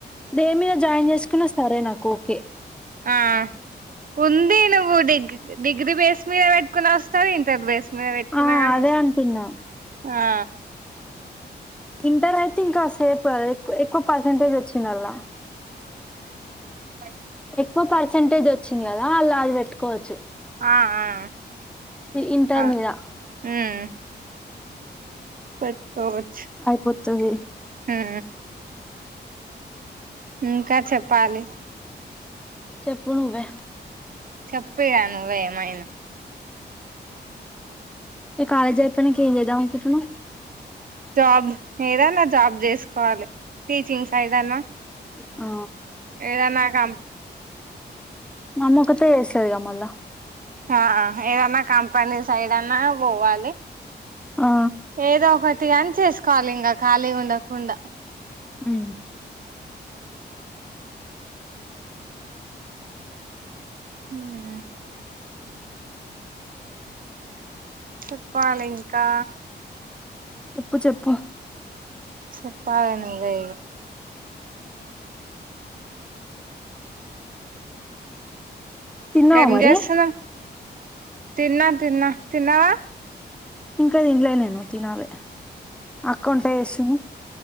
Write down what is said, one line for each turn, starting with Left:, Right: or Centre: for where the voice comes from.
Centre: దేని మీద జాయిన్ జేసుకున్నా సరే నాకోకే.
Right: ఆ ఉంది నువ్వు డిగ్ డిగ్రీ బేస్ మీద బెట్టుకున్న వస్తది ఇంటర్ బేస్ మీద బెట్టుకున్నా
Centre: ఆ
Right: గనోస్
Centre: అదే అంటున్నా
Right: ఆ
Centre: ఇంటర్ అయితే ఇంకా సేపు అద్ ఎక్కువ పర్సంటేజ్ వచ్చిందల్లా
Right: అ
Centre: ఎక్కువ పర్సంటేజ్ వచ్చింది గదా అల్ల అది బెట్టుకోవచ్చు.
Right: ఆ ఆ,
Centre: ఇంటర్
Right: ఆ
Centre: మీద
Right: ఉమ్ పెట్కోవచ్
Centre: అయిపోతది
Right: ఆ ఇంకా చెప్పాలి?
Centre: చెప్పు నువ్వే
Right: చెప్పిగా నువ్వే ఏమైనా?
Centre: ఈ కాలేజ్జయిపోయినక ఏం చేద్దాం అనుకుంటున్నావ్?
Right: జాబ్ ఏదన్నా జాబ్ చేసుకోవాలి టీచింగ్ సైడన్న.
Centre: అ
Right: ఏదన్నా కం
Centre: మామ్మొకతే చేస్తదిగా మళ్ళ.
Right: హా ఏదనా కంపనీ సైడ్న్నా పోవాలి.
Centre: ఆ
Right: ఏదో ఒకటి గాని చేసుకోవాలి, ఇంగ ఖాళీ ఉండకుండా.
Centre: ఉ
Right: <inaudible> చెప్పాలి ఇంకా
Centre: చెప్పు చెప్పు
Right: చెప్పాలి నువ్వేగా?
Centre: తిన్నావా
Right: ఏం
Centre: మరి
Right: చేస్తన్నావ్ తిన్నాం, తిన్నా తిన్నావా?
Centre: ఇంకా తిన్లే నేను తినలే అక్క వంట వేస్తుంది.